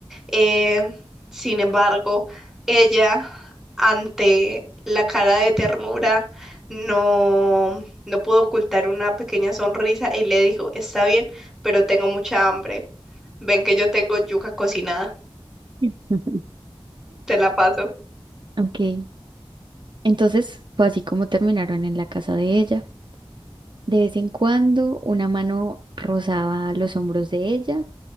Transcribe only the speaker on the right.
<laughs>
Ok, entonces fue así como terminaron en la casa de ella. De vez en cuando una mano rozaba los hombros de ella